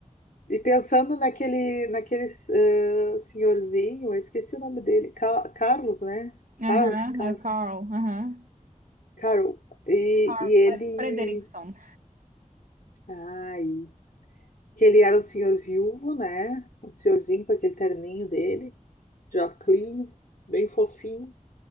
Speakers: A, on the left; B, on the right.
A: E pensando naquele, naquele eh, senhorzinho, eu esqueci o nome dele, Ca- Carlos, né?
B: Aham,
A: Car, Car,
B: é o Carl. Aham.
A: Carol. E,
B: Carl
A: e ele,
B: Frederickson.
A: ah, isso. Que ele era um senhor viúvo, né? Um senhorzinho com aquele terninho dele, de óculos, bem fofinho.